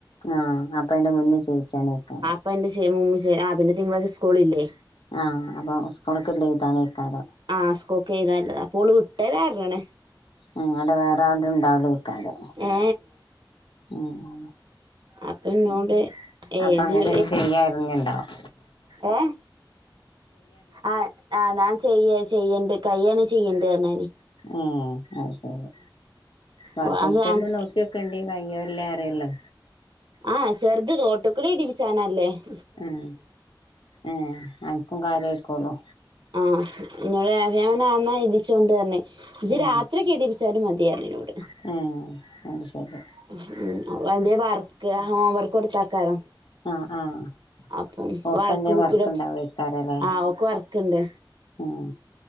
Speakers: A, on the left (about 85°); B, on the right (about 65°).
A: ആഹ് അപ്പ അതിന്റെ മുന്നേ ചേയിച്ചാനെക്കാരം
B: അപ്പ അതിന്റെ <unintelligible> ആ പിന്നെ തിങ്കളാഴ് സ്കൂളില്ലേ
A: ആഹ് അപ്പം സ്കൂള്ക്ക്ളെള എഴ്താനേക്കാരം
B: ആഹ് സ്കൂക്കെയ്തല്ലതാ അപ്പോള് വിട്ടേരർണ് ണ്
A: ആഹ് അവടെ വേറെ ആര്തു ണ്ടാവിലെകാരോ
B: ഏ
A: ആഹ്
B: അപ്പൊ എന്നോട്
A: ഉം
B: ഏജ്
A: അപ്പൊ അങ്ങനെന്ന് ചെയ്യാറങ്ങ് ണ്ടാവു
B: ഏഹ് ആ ആ ഞാൻ ചെയ്യ ചെയ്യണ്ട് കയ്യാനേ ചിയ്യണ്ട് ർഞ്ഞു ഞാൻ
A: ഏഹ് അത് ശെരി വർകൗട്ടന്നെ
B: ഓ അങ് അൻക്ക്
A: നോക്കിക്കെണ്ടി കയ്യേ ഇല്ലേ അറിയല്ലോ
B: ആഹ് ചെറ്ത് <unintelligible> <unintelligible>
A: ഉം ഏഹ് അൻക്കും കാര്യയിക്കോള്ളൂ
B: ആഹ് ഇന്നോട് പറഞ്ഞു ഞാന്നാ എഴുതിച്ചോണ്ട് പറഞ്ഞ് ഇജ്ജ്‌
A: ഉം
B: രാത്രി ഒകേ എയ്തിപ്പിച്ചാലും മതി പറഞ് ഇന്നോട്
A: ഏഹ് അത് ശരി
B: ഉം വല്ല്യ വർക്ക് ആ ഹോംവർക്ക് കൊടുത്താക്കാരം
A: ആഹ് ആഹ്
B: അപ്പം
A: ഓക്കെന്തേ
B: വർക്ക് ബുകിലൊ
A: ഉണ്ടാവേക്കാരല്ലേ
B: ആഹ് ഓക് വർക്ണ്ട്
A: ഉം